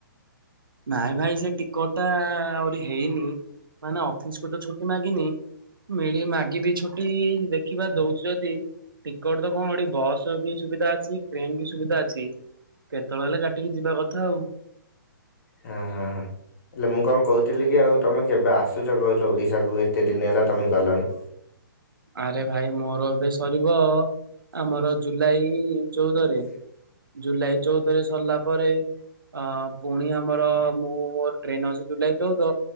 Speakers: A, on the right; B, on the left.
A: ନାଇଁ ଭାଇ ସେ ଟିକଟଟା ଆହୁରି ହେଇନି ମାନେ ଅଫିସକୁତ ଛୁଟି ମାଗିନି ମିଳି ମାଗିବି ଛୁଟି ଦେଖିବା ଦଉଚନ୍ତି। ଟିକେଟତ କଣ ଏଠି ବସବି ସୁବିଧା ଅଛି ଟ୍ରେନବି ସୁବିଧା ଅଛି। କେତେଳେ ହେଲେ କାଟିକି ଯିବା କଥା ଆଉ।
B: ହୁଁ ହୁଁ ହୁଁ। ହେଲେ ମୁଁ କଣ କହୁଥିଲିକି ଆଉ ତମେ କେବେ ଆସୁଚ କହିଲ ଓଡ଼ିଶାକୁ ଏତେ ଦିନ ହେଲା ତମେ ଗଲଣି?
A: ଆରେ ଭାଇ ମୋର ଏବେ ସରିବ ଆମର ଜୁଲାଇ ଚଉଦରେ ଜୁଲାଇ ଚଉଦରେ ସରିଲା ପରେ ଅ ପୁଣି ଆମର ମୁଁ ମୋର ଟ୍ରେନ୍ ଅଛି ଜୁଲାଇ ଚଉଦ